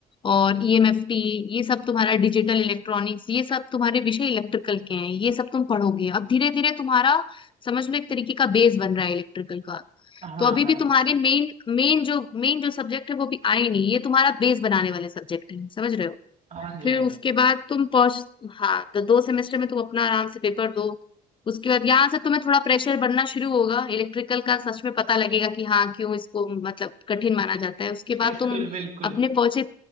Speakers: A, on the left; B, on the right.
A: और ईएमएफटी ये सब तुम्हारा डिजिटल इलेक्ट्रॉनिक्स ये सब तुम्हारे विषय इलेक्ट्रिकल के हैं ये सब तुम पढ़ोगे अब धीरे धीरे तुम्हारा समझ लो एक तरीके का बेस बन रहा है इलेक्ट्रिकल का
B: हाँ
A: तो अभी
B: हाँ
A: भी तुम्हारे मेन मेन जो मेन जो सब्जेक्ट है वो भी आए नहीं ये तुम्हारा बेस बनाने वाले सब्जेक्ट है समझ रहे हो
B: हाँ जी
A: फिर
B: हाँ
A: उसके
B: जी
A: बाद तुम पहुंच हाँ तो दो सेमेस्टर में तुम अपना आराम से पेपर दो उसके बाद यहाँ से तुम्हें थोड़ा प्रेशर बढ़ना शुरू होगा इलेक्ट्रिकल का सच में पता लगेगा कि हाँ क्यों इसको मतलब कठिन माना जाता है उसके
B: बिल्कुल
A: बाद तुम
B: बिल्कुल
A: अपने पहुंचे